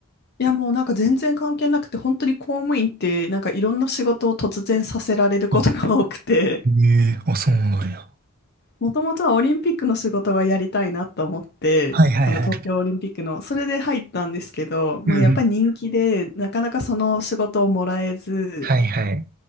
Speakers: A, on the left; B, on the right.
A: やもうなんか全然関係なくて、本当に公務員ってなんかいろんな仕事を突然させられることが多くて、
B: あ、ええあ、そうなんや。
A: もともとはオリンピックの仕事がやりたいなと思って、
B: はいはいはい。
A: あの東京オリンピックの、それで入ったんですけど、まあ、
B: うんうん。
A: やっぱり人気で、なかなかその仕事をもらえず、
B: はいはい。